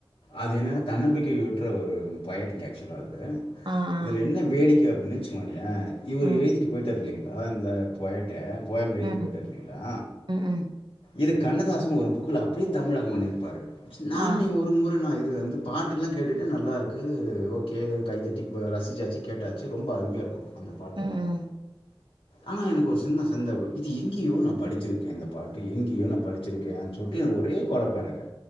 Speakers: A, on the left; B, on the right.
A: அது என்னென்னா தன்னம்பிக்கை வூட்ற ஒரு பொயட்டுங்க ஆக்சுவலா அது
B: ஆ, ஆ.
A: இதுல என்ன வேடிக் க அப்டினு வெச்சுக்கோயே இவர்
B: ம்,
A: எழுதிட்டு போய்ட்டார் இல்லைங் களா இந்த பொயட்ட போயம் எழுதிட்டு
B: ம்,
A: போய்ட்டாரு இல்லைங்களா
B: ம், ம்.
A: இது கண்ணதாசன் ஒரு புக்ல அப்டியே தமிழாக்கம் பண்ணிருப்பாரு நானே
B: ஆ.
A: ஒரு முற நா இது வந்து பாட்டுக்குல்லா கேட்டுட்டே நல்லா இருக்கு ஓகே கைத்தட்டி இப்ப ரசிச்சாச்சு கேட்டாச்சு ரொம்ப அருமையா இருக்கு அந்த பாட்டு
B: ம்.
A: வந்து
B: ம்,
A: ஆனா எனக்கு ஒரு சின்ன சந்தேகோ இது எங்கயோ நா படிச்சிருக்கே இந்த பாட்டு எங்கயோ நா படிச்சிருக்கேனு சொல்ட்டு ஒரே கொழப்பொ எனக்கு